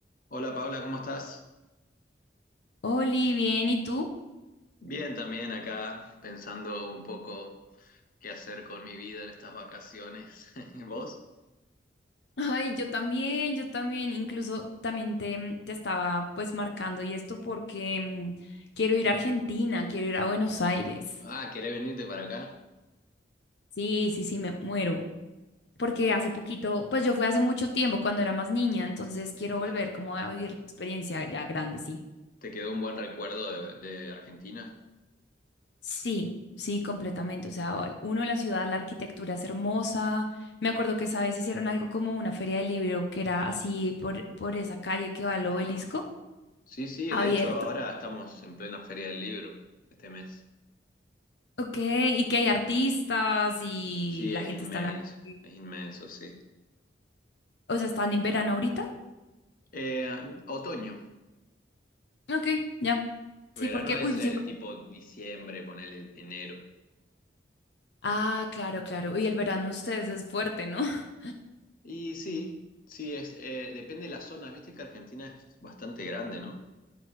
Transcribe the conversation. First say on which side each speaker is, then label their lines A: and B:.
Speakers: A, on the left (about 50°); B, on the left (about 70°).
A: Hola Paula, ¿cómo estás?
B: Oli, bien, ¿y tú?
A: Bien, también acá pensando un poco qué hacer con mi vida en estas vacaciones. <laughs> ¿Vos?
B: Ay, yo también, yo también, incluso también te, te estaba pues marcando y esto porque mm, quiero ir a Argentina, quiero ir a Buenos Aires.
A: Ah, ¿querés venirte para acá?
B: Sí, sí, sí, me muero. Porque
A: Y,
B: hace poquito, pues yo fui hace mucho tiempo cuando era más niña, entonces quiero
A: claro,
B: volver como a vivir la experiencia ya grande, sí.
A: ¿te quedó un buen recuerdo de, de Argentina?
B: Sí, sí, completamente. O sea, o- uno, la ciudad, la arquitectura es hermosa. Me acuerdo que esa vez hicieron algo como una feria del libro que era así por, por esa calle que va al
A: Ajá.
B: obelisco.
A: Sí, sí,
B: Abierto.
A: de hecho ahora estamos en plena Feria del Libro este mes.
B: Ok, y que hay artistas y
A: Sí,
B: la
A: es
B: gente
A: inmenso,
B: está en la calle.
A: es inmenso, sí.
B: O sea, ¿están en verano ahorita?
A: Eh, otoño,
B: Ok, ya.
A: verano
B: Sí, porque,
A: es
B: uy,
A: eh,
B: sí, porque...
A: tipo diciembre, ponele enero.
B: Ah, claro, claro. Uy, el verano ustedes es fuerte, ¿no? <laughs>
A: Y sí, sí, es, eh, depende de las zonas. Viste que Argentina es bastante grande, ¿no?